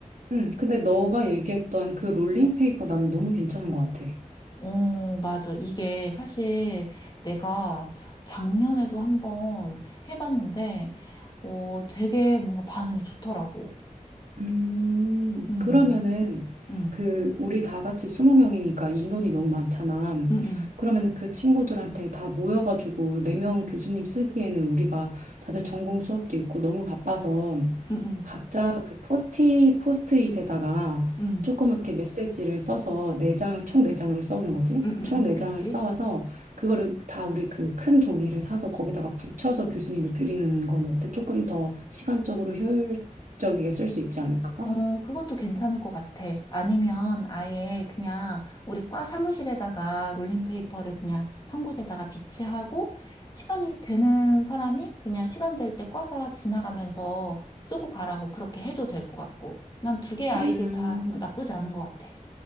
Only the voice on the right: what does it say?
응, 근데 너가 얘기했던 그 롤링페이퍼 나는 너무 괜찮은 것 같아.
음,
그러면은
그 우리 다 같이 20명이니까 인원이 너무 많잖아.
그러면 그 친구들한테 다 모여가지고 4명 교수님 쓰기에는 우리가 다들 전공 수업도 있고 너무 바빠서
각자 그 포스티, 포스트잇에다가
조그맣게 메시지를 써서 네 장 총 네 장을 써오는 거지.
총 네
장을 써와서 그거를 다 우리 그 큰 종이를 사서 거기다가 붙여서 교수님을 드리는 건 어때? 조금 더 시간적으로 효율적이게 쓸 수 있지 않을까?
음,